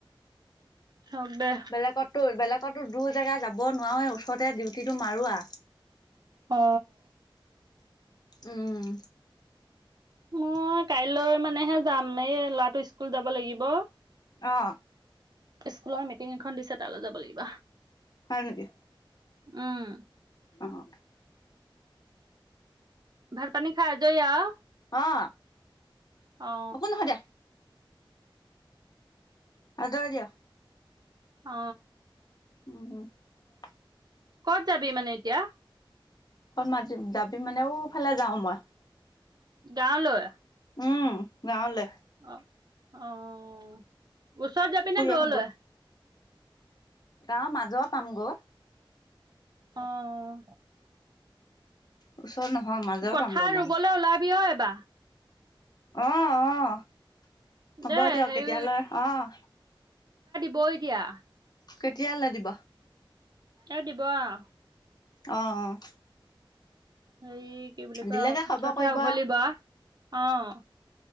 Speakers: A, on the right; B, on the left.
A: হওক দে
B: বেলেগত টো বেলেগ কত টো দূৰ জেগা যাব নোৱাৰে ওচৰতে দিও হিতো মাৰোৱা
A: অ।
B: উম।
A: মই কাইলৈ মানেহে যাম এই ল'ৰাটো স্কুল যাব লাগিব।
B: অ।
A: স্কুলৰ মিটিং এখন দিছে তালৈ যাব লাগিব।
B: হয় নেকি?
A: উম।
B: অ অ।
A: ভাত-পানী খাই আজৰি আৰু
B: অ
A: অ
B: একো নহয় দিয়া আঁতৰাই দিয়া
A: অ।
B: অ।
A: কত যাবি মানে এতিয়া?
B: কত মাজিব যাবি মানেওফালে যাও মই।
A: গাঁৱলৈ।
B: উমহ গাঁও লে
A: অ অ ওচৰত যাবি
B: ফুৰি
A: নে দুৱলৈ
B: আহোগৈ গাঁৱৰ মাজৰ পামগৈ
A: অ'
B: ওচৰ নহয় মাজৰ
A: পথাৰ
B: পামগৈ গাঁও
A: ৰুবলৈ ওলাবি ঐ। বাহ <unintelligible>
B: অ' অ' হ'ব
A: দেই
B: দিয়ক
A: হেৰি
B: তেতিয়া হ'লে। অ'
A: বৈ দিয়া।
B: কেতিয়ালে দিব?
A: এ দিব আও।
B: অ' অ'
A: হেই কি বুলি কয়
B: দিলেগে খবৰ
A: কঠীয়া
B: কৰিব
A: উঘলিব অ'